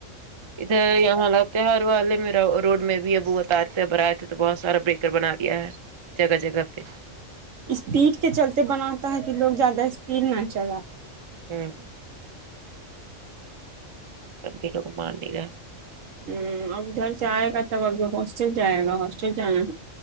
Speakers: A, on the right; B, on the right.
A: ادھر یہاں لاتے ہے ہر والے میرا روڈ میں بھی اب وہ اترتے تھے ابر آئے تھے تو بہت سارا بریکر بنا دیا ہے جگہ جگہ پہ
B: اسپیڈ کے چلتے بناتا ہے کہ لوگ زیادہ اسپیڈ نہ چلا
A: ہوں سبھی لوگ مان نہیں رہا
B: ہ اب ادھر سے آئے گا تب اب ہاسٹل جائے گا ہاسٹل جانا